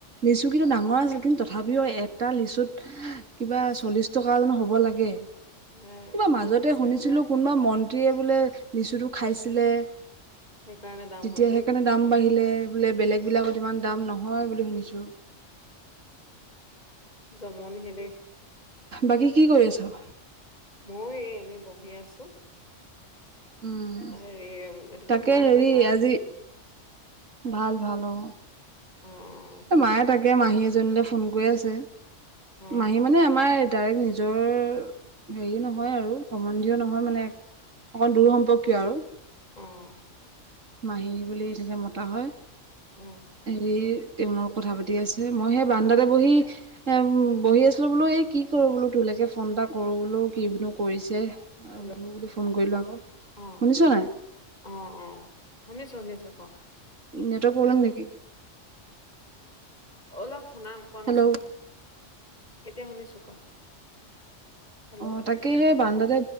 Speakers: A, on the right; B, on the left.
A: লিচু কিন্তু ডাঙৰ আছিল কিন্তু তথাপিও এটা লিচুত কিবা
B: উম,
A: চল্লিশ টকা জানো হব লাগে,
B: এ
A: কিবা মাজতে
B: দাম বেছি
A: শুনিছিলো
B: হলে
A: কোনোবা ম ন্ত্ৰীয়ে বোলে লিচুটো খাইছিলে।
B: সেইকাৰণে দাম
A: তেতিয়া
B: হ'ল
A: সেইকাৰণে
B: নে কি
A: দাম বাঢ়িলে বোলে বেলেগ বিলাকত ইমান দাম নহয় বুলি শুনিছো।
B: জমনিহে দেই।
A: বাকী কি কৰি আছ?
B: মই এ এনেই বহি আছো।
A: উম
B: হেৰি এটো
A: তাকে
B: কি মাহঁতৰ
A: হেৰি
B: ভাল?
A: আজি ভাল ভাল অ।
B: অহ।
A: মায়ে তাকে মাহী এজনীলৈ ফোন কৰি আছে
B: অ
A: মাহী মানে আমাৰ ডাইৰেক্ট নিজৰ হেৰি নহয় আৰু সম্বন্ধীয় নহয় মানে অকণ দূৰ সম্পৰ্কীয় আৰু।
B: অহ।
A: মাহী বুলি এনেকৈ মতা হয়।
B: উম।
A: হেৰি তেওঁলোক কথা পাতি আছে মই সেই বান্দাতে বহি এ বহি আছোঁ। আ বোলোঁ এই কি কৰোঁ বোলোঁ টোৰলৈকে ফোন এটা কৰোঁ বোলোঁ কি বুলিনো কৰিছে?
B: হেল্ল'
A: হুধো বুলি ফোন কৰিলোঁ আকৌ।
B: অ
A: শুনিছ নাই?
B: অ', অ', শুনিছোঁ-শুনিছোঁ ক।
A: নেটৱক প্ৰব্লেম নেকি?
B: অলপ শুনা পোৱা
A: হেল্ল'
B: নাছিলোঁ, এতিয়া শুনিছোঁ ক। হেল্ল'
A: অ তাকে সেই বান্দাতে,